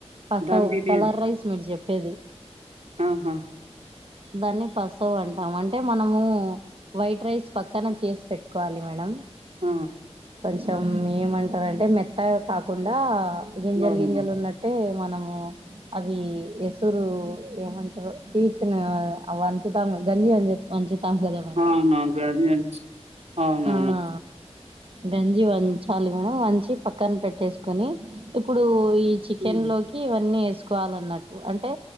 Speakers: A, on the right; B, on the right.
A: పసవ్
B: ధమ్ బిర్యానీ.
A: కలర్ రైస్ మీరు చెప్పేది
B: ఆహా
A: దాన్ని పసవ్ అంటాం అంటే మనము వైట్ రైస్ పక్కన చేసి పెట్టుకోవాలి మేడం
B: ఆ
A: కొంచం ఏమంటారంటే మెత్తగా కాకుండా గింజలు
B: అవునవును.
A: గింజలు ఉన్నట్టే మనం అవి ఎసురు ఏమంటారు పీచిన అవంచుతాం గంజి అనిచెప్ వంచు తాం కదా మేడం
B: అవునవును. గర్జన్స్ అవునవును.
A: ఆఆ గంజి వంచాలి మేడం వంచి పక్కన పెట్టేసుకోని ఇప్పుడు ఈ చికెన్లోకి
B: హ్మ్.
A: ఇవన్నీ ఏసుకోవాలన్నట్టు అంటే